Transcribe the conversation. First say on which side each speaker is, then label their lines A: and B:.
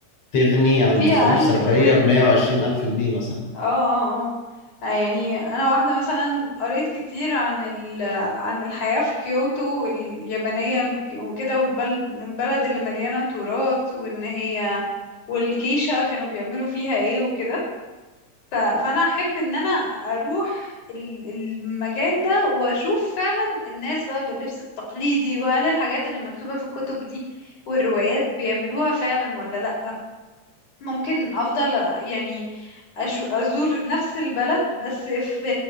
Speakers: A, on the left; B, on the left.
A: تغني عن
B: في
A: مصاريف
B: أقل
A: سفرية
B: كمان
A: بمية وعشرين ألف جنيه مثلا
B: اه اه اه آه، يعني انا واحده مثلا قريت كتير عن ال عن الحياه في كيوتو اليابانيه ال- وكده والبلد البلد اللي مليانه تراث وان هي والجيشه كانوا بيعملوا فيها ايه وكده ف- فانا احب ان انا اروح ال- المكان ده واشوف فعلا الناس بقى باللبس التقليدي وهل الحاجات اللي مكتوبه في الكتب دي والروايات بيعملوها فعلا ولا لا ممكن افضل يعني أشو- ازور نفس البلد بس في